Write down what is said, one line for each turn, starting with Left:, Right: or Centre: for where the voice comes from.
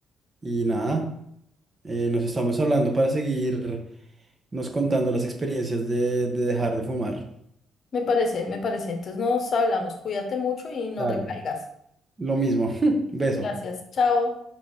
Right: Y nada, eh, nos estamos hablando para seguir nos contando las experiencias de de dejar de fumar.
Left: Me parece, me parece. Entonces nos hablamos. Cuídate mucho y no
Right: Dale.
Left: recaigas.
Right: Lo mismo. <laughs> Beso.
Left: Gracias. Chao.